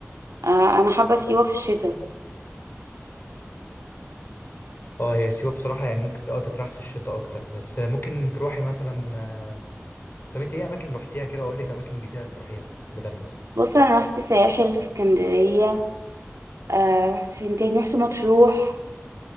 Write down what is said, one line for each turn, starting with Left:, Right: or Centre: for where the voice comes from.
Right: آه انا حابه سيوه في الشتاء
Left: اه هي سيوة بصراحة يعني ممكن اه تتراح في الشتاء اكتر بس ممكن تروحي مثلا آه، طب انت ايه اماكن رحتيها كده واقول لك اماكن جديدة تروحيها بدلها
Right: بص انا رحت ساحل اسكندريه آه رحت فين تاني رحت مطروح